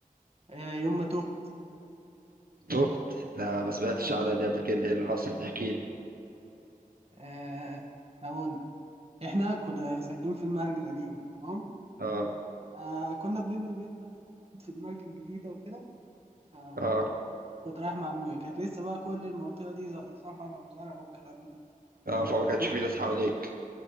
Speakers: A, on the right; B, on the right.
A: آه، يوم ما تهت
B: تهت؟ لا ما سمعتش
A: اه
B: عنها دي قبل كده إيه اللي حصل؟ احكيلي
A: آه، هقول لك احنا كنا ساكنين في المرج القديمه تمام
B: آه
A: آه، كنا بنبني بيت بقى لسه جديد في المرج الجديده وكده ف
B: آه
A: كنت رايح مع ابويا كانت لسه بقى كل المنطقه دي ز- صحراء وزرع والكلام ده
B: آه فما كانش
A: تمام
B: في ناس حواليك